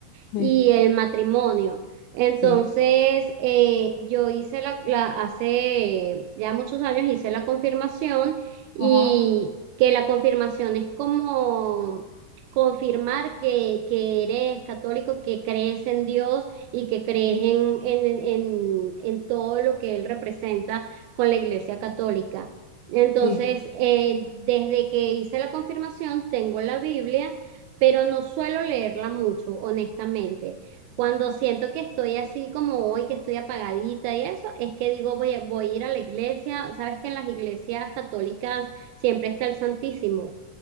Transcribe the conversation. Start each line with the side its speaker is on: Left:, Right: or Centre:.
Left: sí,
Right: y el matrimonio. Entonces,
Left: sí,
Right: eh, yo hice la, la- hace ya muchos años hice la confirmación y
Left: Ajá,
Right: que la confirmación es como confirmar que, que eres católico, que crees en Dios y que crees
Left: sí,
Right: en, en, en, en todo lo que Él representa con la Iglesia Católica. Entonces,
Left: sí,
Right: eh, desde que hice la confirmación, tengo la Biblia pero no suelo leerla mucho, honestamente. Cuando siento que estoy así como hoy, que estoy apagadita y eso, es que digo, voy a, voy a ir a la iglesia. Sabes que en las iglesias católicas siempre está el Santísimo.